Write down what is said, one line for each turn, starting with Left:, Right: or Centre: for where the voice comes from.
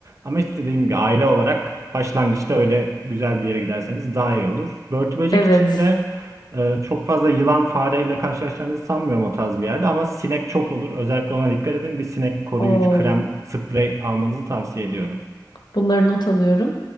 Right: Ama işte dediğim gibi aile olarak başlangıçta öyle güzel bir yere giderseniz daha iyi olur. Börtü böcek
Left: Evet.
Right: için de ee, çok fazla yılan fareyle karşılaşacağınızı sanmıyorum o tarz bir yerde ama sinek çok olur. Özellikle ona dikkat edin. Bir sinek koruyucu
Left: Oo.
Right: krem, sprey almanızı tavsiye ediyorum.
Left: Bunları not alıyorum.